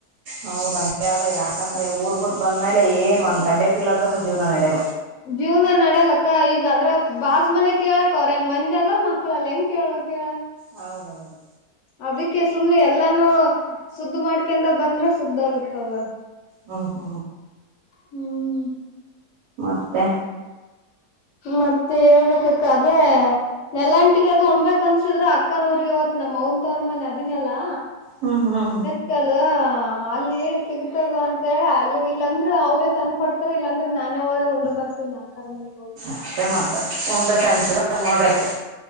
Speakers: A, on the right (about 90°); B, on the left (about 65°).
A: ಹೌದ ಅಂಗೇದ ಯಾಕಂದ್ರೆ ಊರ್ ಬಿಟ್ಟು ಬಂದ್ಮೇಲೆ ಏನ್ ಒಂದ್ ಕಡ್ಡೆ ಬೀಲ್ ಅಂದ್ರುನು ಜೀವನ ನಡೆಯ
B: ಜೀವನ ನಡ್ಯಲಕ್ಕ ಈಗ ಅದ್ರೆ ಬಾಜ್ ಮನೆ ಕೇಳಕ್ ಅವ್ರ ಏನ್ ಮಂದಿ ಅಲ್ಲ ಮಕ್ಳಲ್ಲ ಹೆಂಗ ಕೇಳವಕ್ ಹೇ ಳ
A: ಹೌದೌದು.
B: ಅದಕ್ಕೆ ಸುಮಮ್ಮನೆ ಎಲ್ಲಾನೂ ಸುದ್ದ ಮಾಡ್ಕಿಂದ ಬಂದ್ರ ಸುದ್ದ ಆಗುತ್ತದ
A: ಹ್ಮ ಹ್ಮ
B: ಹ್ಮ್
A: ಮತ್ತೆ?
B: ಮತ್ತೆ ಹೇಳ್ಬೇಕಕ್ಕ ಅದೇ. ನೆಲಂಟಿಗೆ ಅದು ಉಣ್ಬಬೇಕಕ್ ಅನ್ಸಿದ್ರ ಅಕ್ಕ ಊರಿಗೆ ಹೋತೀನಿ ನಮ್ಮ್ ಅವ್ವನು ತವರ್ಮನೆ ಮನೆ ಅದಿನೆಲ್ಲಾ
A: ಹ್ಮ ಹ್ಮ
B: ಸಿಕ್ಕಲ್ ಅಲ್ಲಿ ಸಿಗ್ತದ ಅಂತ ಹೇಳ ಅಲ್ಲಿ ಇಲ್ಲಂದ್ರರು ಅವ್ರೇ ತಂದಕ ಕೊಡ್ತ ರ ಇಲ್ಲಾಂದ್ರೆ ನಾನೇ ಹೋಗಿ ಉಂಡಬರ್ತೀನಿ ಬರ್ತೇ ಅಕ್ಕರ ಮನೆಗ್ ಹೋಗಿ
A: ಸ ಮಪ್ಪ <inaudible> ಉಣ್ಬೇಕನ್ಸುದ ಉಣಬೇಕು